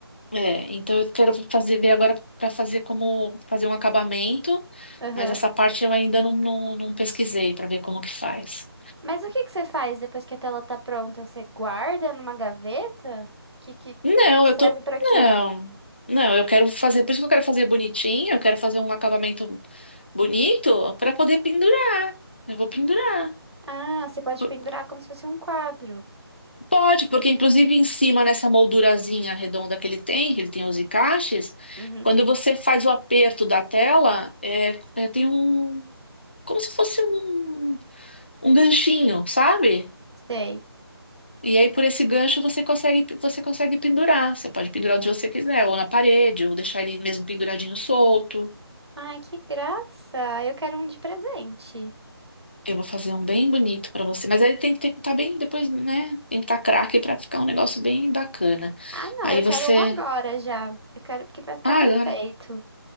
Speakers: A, on the left (about 25°); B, on the right (about 80°).
A: É, então eu quero fazer ver agora para fazer como fazer um acabamento,
B: Aham.
A: mas essa parte eu ainda não, não, não pesquisei para ver como que faz.
B: Mas o que que você faz depois que a tela tá pronta? Você guarda numa gaveta? Que que
A: Não,
B: serve
A: eu tô.
B: pra quê?
A: Não, não, eu quero fazer, por isso que eu quero fazer bonitinho, eu quero fazer um acabamento bonito para poder pendurar. Eu vou pendurar.
B: Ah, você pode
A: P-
B: pendurar como se fosse um quadro.
A: Pode, porque inclusive em cima nessa moldurazinha redonda que ele tem, que ele tem os encaixes,
B: Uhum,
A: quando você faz o aperto da tela, é, é, tem um. Como se fosse um. um ganchinho, sabe?
B: sei.
A: E aí por esse gancho você consegue você consegue pendurar. Você pode pendurar onde você quiser, ou na parede, ou deixar ele mesmo penduradinho solto.
B: Ai, que graça! Eu quero um de presente.
A: Eu vou fazer um bem bonito pra você, mas aí tem que ter que estar bem depois, né? Tem que estar craque pra ficar um negócio bem bacana.
B: Ah, não,
A: Aí
B: eu
A: você,
B: quero um agora já. Eu quero porque vai ficar
A: ah,
B: perfeito.
A: agora,